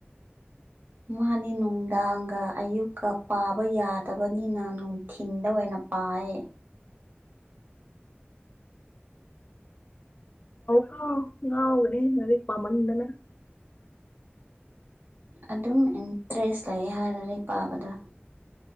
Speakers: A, on the right; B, on the left.
A: ꯃꯥꯅꯤ ꯅꯨꯡꯗꯥꯡꯒ ꯑꯌꯨꯛꯀ ꯄꯥꯕ ꯌꯥꯗꯕꯅꯤꯅ ꯅꯨꯡꯊꯤꯤꯟꯗ ꯑꯣꯏꯅ ꯎꯄꯑ
B: ꯀ ꯉ ꯎꯔꯦ ꯃꯗꯤꯦ ꯄꯥꯃꯅꯤ ꯏꯅ
A: ꯑꯗꯨꯝ ꯏꯟꯇꯔꯦꯁ ꯂꯩ ꯍꯥꯏꯔꯗꯤ ꯄꯥꯕꯗ